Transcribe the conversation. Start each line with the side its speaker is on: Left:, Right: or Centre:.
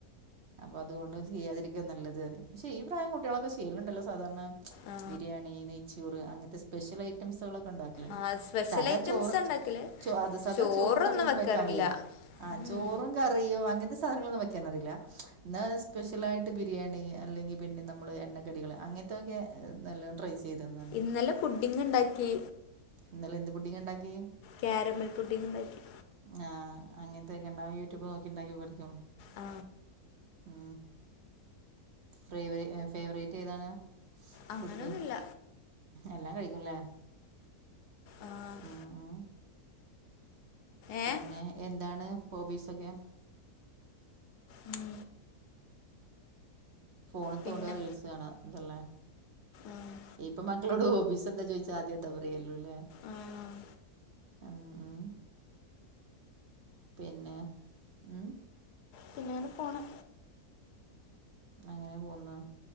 Right: അപ്പൊ അതുകൊണ്ട് ചെയ്യാതിരിക്കുക നല്ലത് പറയും പക്ഷെ ഈ പ്രായം കുട്ടികളൊക്കെ ചെയ്യലുണ്ടല്ലോ സാധാരണ,
Left: ആ
Right: ബിരിയാണി നെയ്ച്ച ചോറ് അങ്ങനത്തെ സ്പെഷ്യൽ ഐറ്റംസുകളൊക്കെ. ഉണ്ടാക്കിയൊണ്ട്
Left: ആ സ്പെഷ്യൽ
Right: സാദാ
Left: ഐറ്റംസ്
Right: ചോറ്
Left: ഉണ്ടാക്കല്
Right: ച സാദാ
Left: ചോറൊന്നും
Right: ചോറും കറിയൊന്നും
Left: വെക്കാറില്ല
Right: വെക്കാൻ വയ്യ ആ
Left: ഉം.
Right: ചോറും കറിയും അങ്ങനത്തെ സാധനങ്ങളൊന്നും വയ്ക്കാനറിയില്ല ന്നെ സ്പെഷ്യലായിട്ട് ബിരിയാണി അല്ലെങ്കിൽ പിന്നെ നമ്മള് എണ്ണക്കടികൾ അങ്ങന നൊക്കെ നല്ല ഞാൻ ട്രൈ ചെയ്തന്നാണ്.
Left: ഇന്നലെ പുഡിങ് ഉണ്ടാക്കി
Right: ഇന്നലെ എന്റെ പുഡിങ് ഒണ്ടാക്കി
Left: കാരമൽ പുഡിങ് ഉണ്ടാക്കി.
Right: ആ അങ്ങനത്തെക്കെ ഇണ്ട ആ യൂട്യൂബ് നോക്കി ഉണ്ടാക്കി പഠിക്കും.
Left: ആ
Right: ഉ ഫേവർ ഫേവറേറ്റ് ഏതാണ്?
Left: അങ്ങനൊന്നുല്ല
Right: ഫുഡ്? എല്ലാം കഴിക്കുംല്ലേ
Left: ആഹ്
Right: ഉം ഉം
Left: ഏഹ്
Right: പിന്നെ എന്താണ് ഹോബീസൊക്കെ?
Left: ഉം
Right: ഫോണിത്തോണ്ടുക
Left: പിന്നെ
Right: റീൽസ് കാണുക ഇതല്ലേ?
Left: ആഹ്
Right: ഇപ്പൊ മക്കളോട് ഹോബീസ് എന്താ ചോയിച്ചാ ആദ്യം എന്താ പറയല്ലൂല്ലേ.
Left: ആഹ്
Right: ആ ആ പിന്നെ ഉം
Left: പിന്നാന പോണ്.
Right: അങ്ങനെ പോന്ന